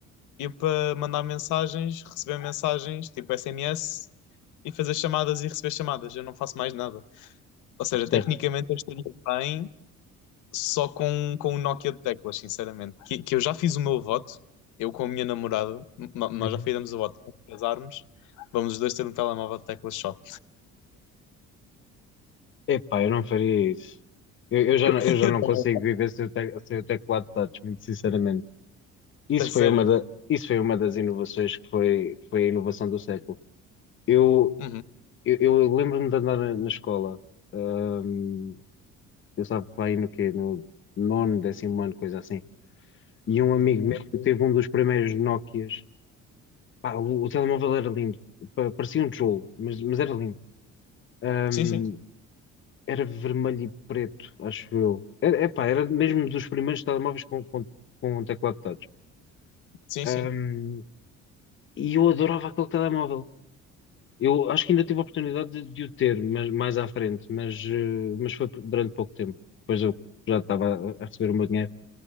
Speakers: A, on the left; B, on the left.
A: e para mandar mensagens, receber mensagens, tipo SMS, e fazer chamadas e receber chamadas. Eu não faço mais nada. Ou seja,
B: certo.
A: tecnicamente eu estaria bem só com, com o Nokia de teclas, sinceramente. Que, que eu já fiz o meu voto, eu com a minha namorada, n- nós
B: Uhum.
A: já fizemos o voto quando casarmos. Vamos os dois ter um telemóvel de teclas só.
B: Epá, eu não faria isso. Eu, eu já,
A: <laughs>
B: não- eu já
A: Eu
B: não
A: também.
B: consigo viver sem o, te- sem o teclado touch, muito sinceramente. Isso
A: A sério.
B: foi uma da- isso foi uma das inovações que foi, foi a inovação do século. Eu,
A: Uhum.
B: eu, eu lembro-me de andar na, na escola, hum, eu estava para aí no quê? No nono, décimo ano, coisa assim. E um amigo
A: Uhum.
B: meu teve um dos primeiros Nokias. Pá, o, o telemóvel era lindo, pa- parecia um tijolo, mas, mas era lindo. Hum,
A: Sim, sim.
B: era vermelho e preto, acho eu. Era, epá, era mesmo dos primeiros telemóveis com, com, com um teclado touch.
A: Sim,
B: Ahm,
A: sim.
B: e eu adorava aquele telemóvel. Eu acho que ainda tive a oportunidade de, de o ter, mas mais à frente, mas, eh, mas foi durante pouco tempo. Depois eu já estava a a receber o meu dinheiro